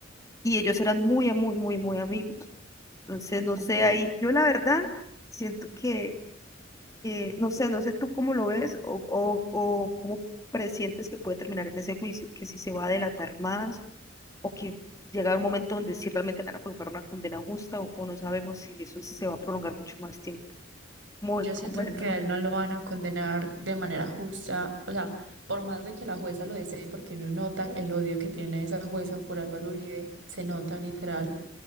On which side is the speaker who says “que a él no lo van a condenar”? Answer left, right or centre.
Right